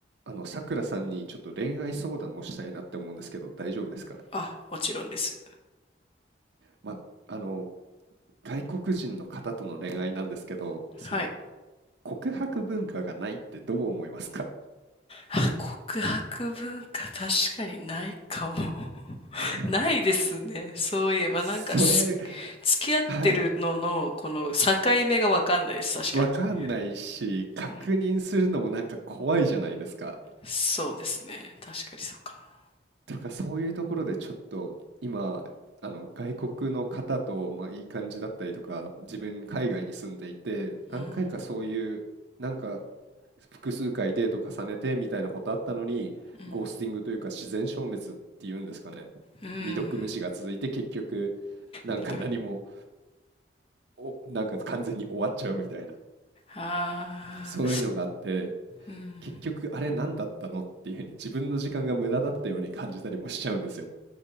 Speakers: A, on the right; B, on the left.
A: あの、さくらさんにちょっと恋愛相談をしたいなって思うんですけど、大丈夫ですかね。
B: あ、もちろんです。
A: ま、あの、外国人の方との恋愛なんですけど、その、
B: はい。
A: 告白文化がないってどう思いますか
B: あ、告白文化確かにないかも。<laughs>
A: <laughs>
B: ないですね。そういえばなんかす
A: それ、
B: 付き合ってるののこの境目がわかんないです。
A: はい、
B: 確かに。
A: わかんないし、確認するのもなんか怖いじゃないですか。
B: うん。そうですね。確かにそうかも。
A: とか、そういうところでちょっと今、あの、外国の方と、まあ、いい感じだったりとか、自分海外に住んでいて、何回かそういう、
B: うん、
A: なんか、複数回デート重ねてみたいなことあったのに、
B: うん、
A: ゴースティングというか自然消滅っていうんですかね。
B: うん。
A: 未読無視が続いて結局、なんか何も、
B: めんどく、
A: お、なんか完全に終わっちゃうみたいな、
B: ああ
A: そういうのがあって、
B: うん。
A: 結局あれ何だったのっていうふうに自分の時間が無駄だったように感じたりもしちゃうんですよ。